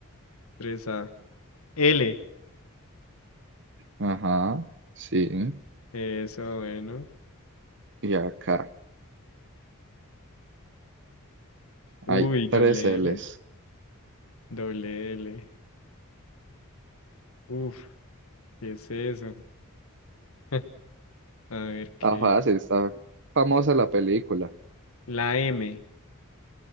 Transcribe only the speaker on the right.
Ajá, sí.
Y acá
hay tres
L's.
Está
fácil, está famosa la película.